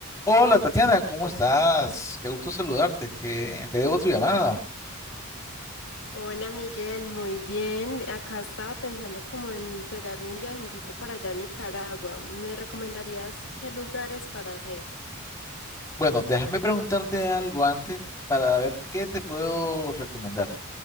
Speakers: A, on the left; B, on the left.
A: Hola Tatiana, ¿cómo estás? Qué gusto saludarte. ¿Qué, a qué debo tu llamada?
B: Hola Miguel, muy bien. Acá estaba pensando como en pegarme un viajecito para allá a Nicaragua. ¿Me recomendarías qué lugares para hacer?
A: Bueno, déjame preguntarte algo antes para ver qué te puedo recomendar.